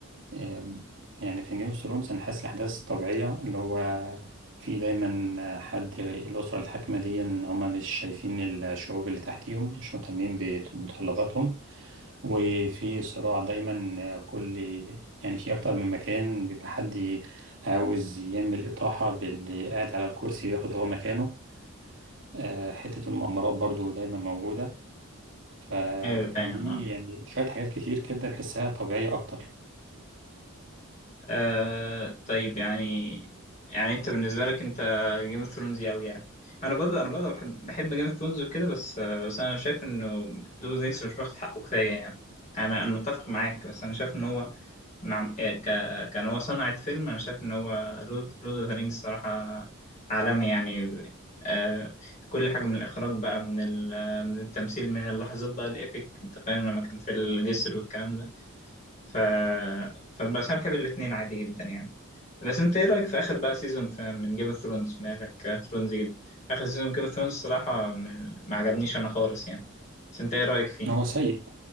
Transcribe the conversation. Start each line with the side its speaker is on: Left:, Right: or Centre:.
Right: آم، يعني كان جيم اوف ثرونز انا حاسس الاحداث طبيعيه اللي هو في دايما حد الاسره الحاكمه دي ان هم مش شايفين الشعوب اللي تحتيهم مش مهتمين بمتطلباتهم وفي صراع دايما كل يعني في اكتر من مكان بيبقى حد عاوز يعمل اطاحة باللي قاعد على الكرسي وياخد هو مكانه آه، حتة المؤامرات برضو دايما موجودة ف...
Left: ايوه
Right: فدي
Left: فاهم اه
Right: يعني شوية حاجات كتير كده بحسها طبيعية اكتر
Left: آه طيب يعني يعني انت بالنسبة لك انت جيم اوف ثرونز قوي يعني انا برضه انا برضه بحب بحب جيم اوف ثرونز وكده بس آه بس انا شايف انه لوب نيكس مش واخد حقه كفاية يعني انا انا متفق معاك بس انا شايف ان هو مع آه، ك... كان هو صنعة فيلم انا شايف ان هو لورد اوف ذا رينجز صراحة عالمي يعني آه كل حاجة من الاخراج بقى من ال... من التمثيل من اللحظات بقى الايبك انت فاهم لما كان في الجسر والكلام ده ف فبس انا بحب الاثنين عادي جدا يعني بس انت ايه رايك في اخر بقى سيزون من جيم اوف ثرونز مالك ثرونز جدا اخر سيزون جيم اوف ثرونز الصراحه من- ما عجبنيش انا خالص يعني بس انت ايه رايك فيه
Right: هو سيء